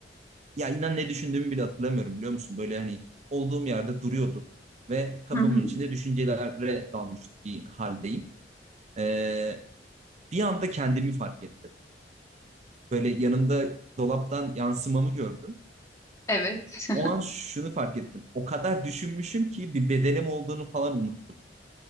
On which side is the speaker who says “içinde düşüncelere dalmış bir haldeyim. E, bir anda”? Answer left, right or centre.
Right